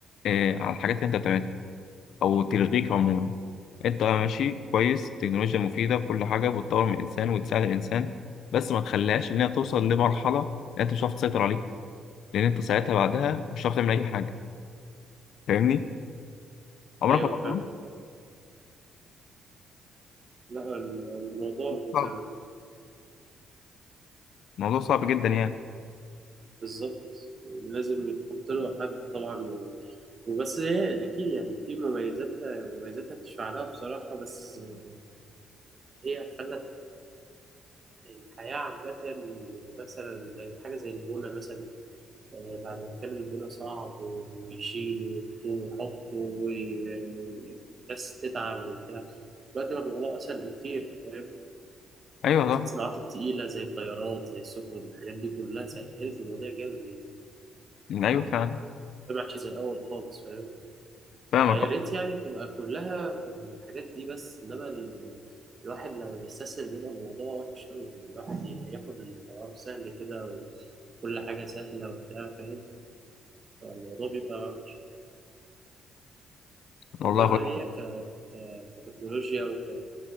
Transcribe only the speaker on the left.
آه على الحاجات اللي انت بتعملها أو تلغيك عموما أنت ماشي كويس التكنولوجيا مفيدة وكل حاجة بتطور من الإنسان وتساعد الإنسان بس ما تخليهاش إنها توصل لمرحلة إن أنت مش هتعرف تسيطر عليها لأن أنت ساعتها بعدها مش هتعرف تعمل أي حاجة فاهمني؟ عمرك
ما طبعا
صعب
الموضوع صعب جدا يعني
أيوه طبعا
أيوه فعلا
فاهمك
والله
يا أخويا